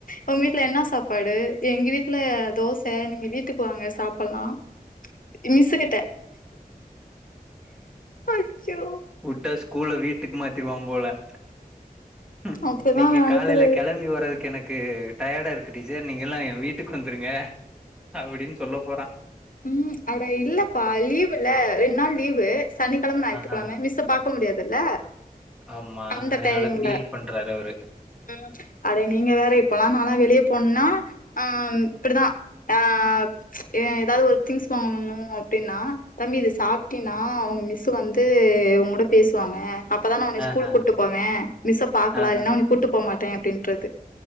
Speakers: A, on the left; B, in the centre.
A: உங்க வீட்ல என்ன சாப் பாடு எங்க வீட்ல தோச நீங்க வீட்டுக்கு வாங்க சாப்பில்லா இ மிஸ்ஸு கிட்ட அச்சோ
B: வுட்டா ஸ்கூல வீட்டுக்கு மாத்திருவா போல ம்
A: அப்டிதான்
B: நீங்க
A: நடக்குது.
B: காலேல கெளம்பி வர்றது எனக்கு டயர்டா இருக்கு டீச்சர் நீங்க எல்லா எ வீட்டுக்கு வந்துருங்க அப்டினு சொல்ல போறா
A: ம் அட இல்லப்பா லீவுல்ல ரெண்டு நாள் லீவு சனிக்கெழம ஞாயித்துக்கெழம
B: ஆஹா
A: மிஸ்ப் பாக்க முடியாதுல்ல
B: ஆமா
A: அந்த
B: அதனால
A: டைம்ல.
B: ஃபீல் பண்றாரு அவரு
A: ம் அடே நீங்க வேற இப்பல்லா நாலா வெளிய போனுன்னா ஆஹ் இப்டித்தா ஆஹ் ஏ ஏதாவது ஒரு திங்ஸ் வாங்கணுணு அப்டினா தம்பி இது சாப்ட்டினா அவுங்க மிஸ் வந்து உங்கோட பேசுவாங்க அப் பதா நா உன்னய ஸ்கூலுக்கு
B: ஆஹா
A: கூட்டு போவே மிஸ்ஸ பாக்கலா
B: ஆஹா
A: இல்லன்னா உன்னய கூட்டு போ மாட்டே அப்டின்றது